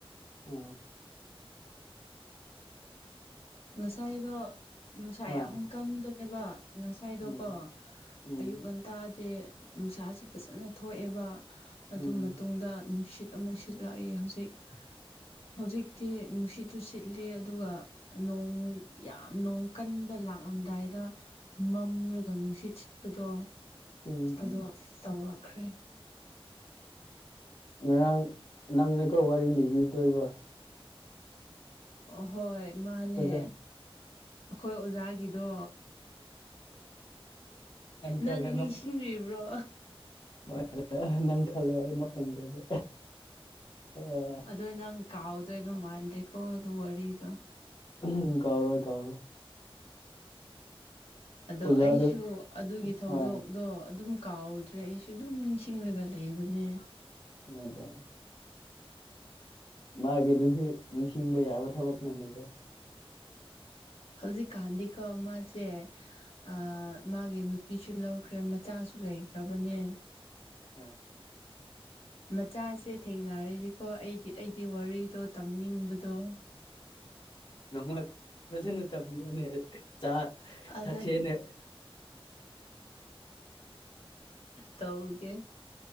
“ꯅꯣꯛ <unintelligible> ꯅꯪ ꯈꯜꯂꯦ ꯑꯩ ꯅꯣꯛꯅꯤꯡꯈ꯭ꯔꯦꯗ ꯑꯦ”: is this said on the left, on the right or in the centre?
Left